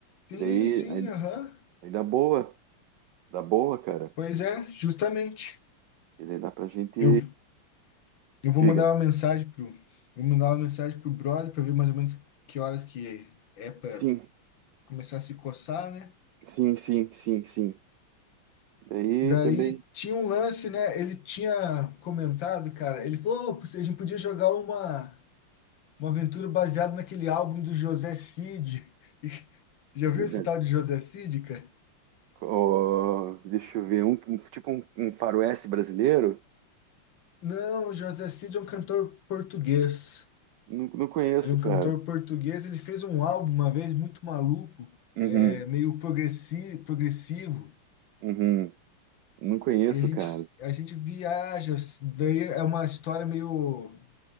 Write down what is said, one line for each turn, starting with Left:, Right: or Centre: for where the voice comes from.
Left: Sim,
Right: E daí,
Left: sim,
Right: aí,
Left: aham.
Right: aí dá boa, dá boa, cara.
Left: Pois é, justamente.
Right: E daí dá pra gente.
Left: Eu, eu vou
Right: Diga.
Left: mandar uma mensagem pro, vou mandar uma mensagem pro brother para ver mais ou menos que horas que é para
Right: Sim,
Left: começar a se coçar, né?
Right: sim, sim, sim, sim. Daí
Left: Daí
Right: também.
Left: tinha um lance, né? Ele tinha comentado, cara, ele falou, "Ô, a gente podia jogar uma, uma aventura baseada naquele álbum do José Cid. <laughs> E Já viu
Right: José.
Left: esse tal de José Cid, cara?
Right: Ó, deixa eu ver. Um, um- tipo um, um faroeste brasileiro?
Left: Não, o José Cid é um cantor português.
Right: Não, não conheço,
Left: Ele é um
Right: cara.
Left: cantor português, ele fez um álbum uma vez muito maluco
Right: Uhum.
Left: é meio progressi progressivo,
Right: Uhum. Não conheço,
Left: e a gente,
Right: cara.
Left: a gente viaja. assim. Daí é uma história meio.